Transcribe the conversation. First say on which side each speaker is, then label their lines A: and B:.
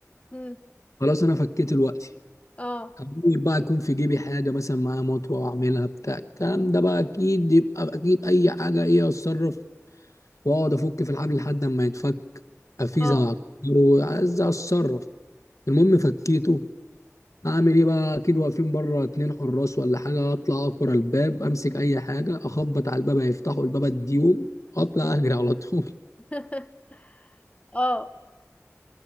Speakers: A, on the left; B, on the left.
A: مم.
B: خلاص انا فكيت دلوقتي
A: اه
B: هدور بقى يكون في جيبي حاجه مثلا معايا مطوه واعملها بتاع الكلام ده بقى اكيد يبقى اكيد اي حاجه ايه اتصرف واقعد افك في الحبل لحد اما يتفك افيزه
A: اه
B: واعكره عايز اتصرف المهم فكيته اعمل ايه بقى اكيد واقفين بره اتنين حراس ولا حاجه اطلع اقف ورا الباب امسك اي حاجه اخبط على الباب هيفتحوا الباب اديهم اطلع اجري على طول
A: <laughs> اه